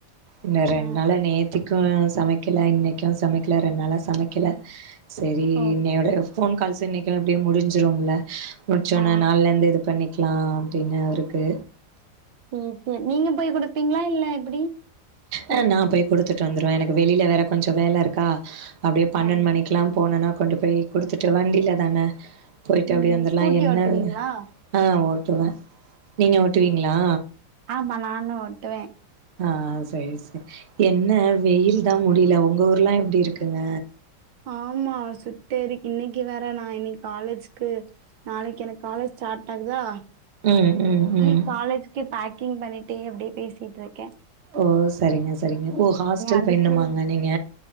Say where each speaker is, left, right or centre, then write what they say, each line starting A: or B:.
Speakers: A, on the right; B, on the right.
A: இன்னு ரெண்
B: ஆ
A: நாளா நேத்திக்கு சமைக்கல இன்னைக்கு சமைக்கல ரெண் நாளா சமைக் கல செரி
B: ஓ
A: இன்னையோட போன் கால்ஸ்ஸு இன்னைக்குன எப்படியே முடிஞ்சிரும்ல முடிச்சொன்னே
B: ஆ
A: நாள்ல இருந்து இது பண்ணிக்கலா அப்டின்னு அவருக்கு
B: சேர் சேர் நீங்க போய் குடுப்பீங்களா இல்ல எப்படி
A: அ நா போய் குடுத்துட்டு வந்துருவ எனக்கு வெளில வேற கொஞ்சோ வேல இருக்கா அப்டியே பன்னென்
B: ஆ
A: மணிக்குலா போனனா கொண்டு போய் குடுத்துட்டு வண்டீல தான போய்ட்டு
B: ம்
A: அப்படியே வந்தர்லா
B: ஸ்கூட்டி
A: என்ன
B: ஓட்டுவீங்களா
A: ஆ ஓட்டுவ நீங்க ஓட்டுவீங்களா
B: ஆம்மா நானு ஓட்டுவ
A: ஆ சேரி சேரி என்ன வெயில் தா முடில உங்க ஊர்லா எப்டி இருக்குங்க
B: ஆமா சுட்டு எரிக் இன்னிக்கு வேற நா இன்னிக்கு காலேஜுக்கு நாளைக்கு எனக்கு காலேஜ் ஸ்டாட் ஆகுதா
A: ம் ம் ம்.
B: நீ காலேஜ்கே பேக்கிங் பண்ணிட்டே அப்டியே பேசிட்ருக்கே
A: ஓ சரிங்க சரிங்க ஓ ஹாஸ்ட்டல்
B: அதுக்கு
A: போயினும்மாங்க நீங்க